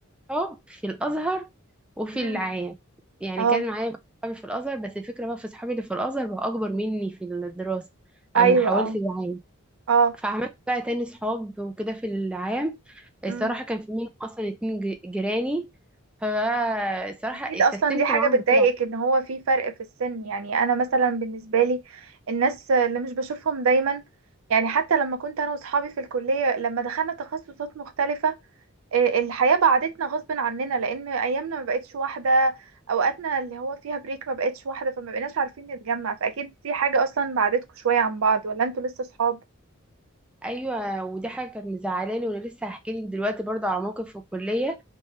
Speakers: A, in the centre; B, on the right.
A: صحاب في الازهر وفي
B: مم.
A: العام يعني
B: اه
A: كان معايا بقى صحابي في الازهر بس الفكره بقى في صحابي اللي في الازهر بقى اكبر مني في الدراسه
B: ايوه
A: اما حاولت
B: اه
A: العام
B: اه
A: فعملت بقى تاني صحاب وكده في العام الصراحه
B: مم.
A: كان في منهم اصلا اتنين ج- جيراني فبقى الصراحه
B: اكيد
A: استسلمت
B: اصلا دي حاجه
A: معاهم
B: بتضايقك ان هو في فرق في السن يعني انا مثلا بالنسبه لي الناس اللي مش بشوفهم دايما يعني حتى لما كنت انا واصحابي في الكليه لما دخلنا تخصصات مختلفه آه، الحياه بعدتنا غصب عننا لان ايامنا ما بقتش واحده اوقاتنا اللي هو فيها بريك ما بقتش واحده فما بقيناش عارفين نتجمع فاكيد دي حاجه اصلا بعدتكم شويه عن بعض ولا انتوا لسه صحاب
A: ايوه ودي حاجه كانت مزعلاني وانا لسه هحكي لك دلوقتي برضو على موقف في الكليه